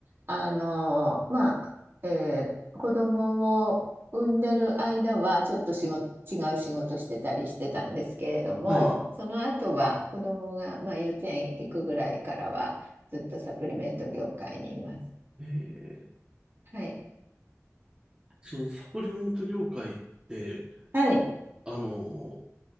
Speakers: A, on the right; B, on the right.
A: あの、まあ、えー子供を産んでる間は、ちょっと仕事、違う仕事してたりしてたんですけれども、
B: はい。
A: その後は子供が、まあ、幼稚園行くぐらいからは、ずっとサプリメント業界にいます。
B: えー
A: はい。
B: そのサプリメント業界って、
A: はい。
B: あの、